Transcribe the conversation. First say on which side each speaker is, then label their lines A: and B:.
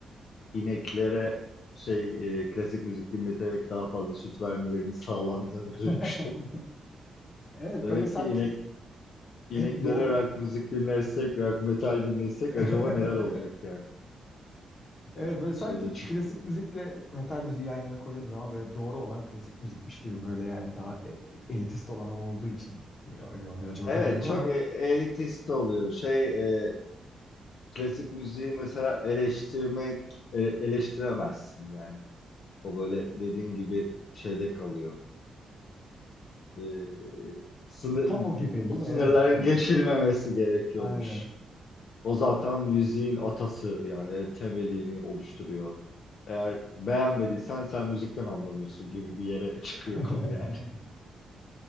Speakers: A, on the left (about 65°); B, on the left (about 40°).
A: İneklere şey e, klasik müzik dinleterek daha fazla süt vermelerinin sağlandığını duymuştum.
B: <laughs> Evet
A: Demek
B: böyle sanki
A: ki inek İneklere
B: hep doğu
A: rock müzik dinlersek, rock metal dinlesek
B: <laughs>
A: acaba neler olacak yani?
B: Evet böyle sanki
A: Şeyde çünkü-
B: klasik müzikle metal müziği yan yana koyduğum zaman böyle doğru olan klasik müzikmiş gibi böyle yani daha e- e- elitist olanı olduğu için öyle oluyor acaba
A: Evet
B: bilmiyorum
A: çok
B: ama
A: e- elitist oluyor. Şey e, klasik müziği mesela eleştirmek e, eleştiremezsin yani. O böyle dediğin gibi şeyde kalıyor. E, sınır,
B: tam o gibi
A: o
B: değil mi?
A: sınırların
B: Evet yani.
A: geçilmemesi gerekiyormuş.
B: Aynen.
A: O zaten müziğin atası yani e, temelini oluşturuyor. Eğer beğenmediysen sen müzikten anlamıyorsun gibi bir yere <laughs> çıkıyor
B: <laughs>
A: konu yani.